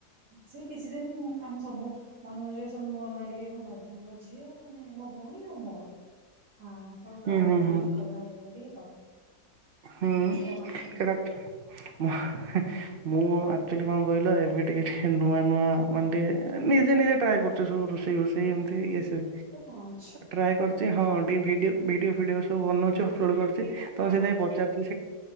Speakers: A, on the right (about 85°); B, on the right (about 70°).
A: ସେ କିଛି ଦିନ ଆମେ ସବୁ ମଝିରେ ମଝିରେ ସବୁ ନୂଆ ନୂଆ ଟିକେ ଆମ ଦାଦାଙ୍କ ଝିଅ ମାନେ ଏ ମୋ ଭଉଣୀ ର ମୋର ହଁ ସବୁ ଟ୍ରାଏ
B: ହୁଁ ହୁଁ
A: କରୁଥିଲୁ
B: ହୁଁ
A: ଖାଇବା ଇଏ କରିକି ତ
B: ହୁଁ
A: ସେଇଟା କରିଥିଲୁ
B: ସେଟା ଉଁ <unintelligible> ମୁଁ ଆକ୍ଚୁଆଲି କଣ କହିଲ ଏବେ ଟିକେ ଟିକେ ନୂଆ ନୂଆ ମାନେ ଟିକେ ନିଜେ ନିଜେ ଟ୍ରାଏ କରୁଛ ସବୁ ରୋଷେଇ ଫୋଷେଇ ସେ ଏମତି
A: ହଁ
B: ଇଏ ସିଏ
A: ସେଥିରେ କଣ ଅଛି
B: ଟ୍ରାଏ କରଛି ହଁ ଟିକେ ଭିଡିଓ ଭିଡିଓ ଫିଡିଓ ମୁଁ ବନାଉଚ୍ଚ ଅପଲୋଡ଼ କର ତମ
A: ଓ
B: ସେଥିପାଇଁ
A: ହଁ ଆଚ୍ଛା
B: ପ <unintelligible>
A: ଆଚ୍ଛା
B: ଏଟା